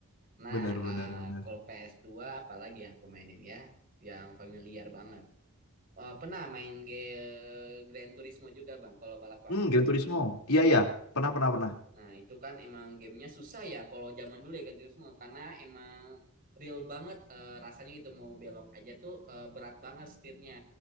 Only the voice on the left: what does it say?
Benar,
benar, benar.
Hmm, Gran Turismo. Iya, iya. Pernah, pernah, pernah.